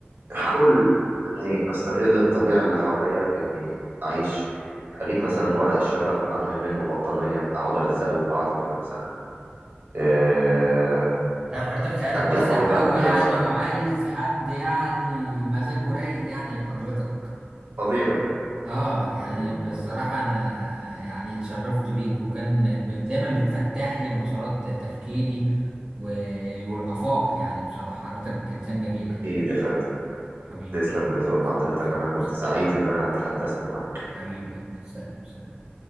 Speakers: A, on the right; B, on the right.
A: احاول اني استغل الطبيعه اللي حواليا باني اعيش اجيب مثلا ورق الشجر اعمل منه بطانيه اقعد الزقه في بعض كده مثلا آه،
B: تمام حضرتك خيالك
A: اجي
B: واسع
A: احاول بقى
B: قوي
A: ان انا
B: يعني
A: مثلا
B: وعايز حد يعني مزاجه رايق يعني لحضرتك
A: فضيلك
B: اه يعني
A: م-
B: بصراحة
A: م.
B: انا يعني اتشرفت بيك وكان ب- دايما بتفتح لي مسارات تفكيري و... والآفاق يعني بصراحة حضرتك انسان جميل
A: اكيد
B: يعني
A: يا فندم
B: حبيبي
A: تسلم
B: يلا
A: لذوق
B: سلام
A: حضرتك
B: سلام
A: انا كنت
B: سلام
A: سعيد ان انا تحدثت معك
B: حبيبي يلا سلام سلام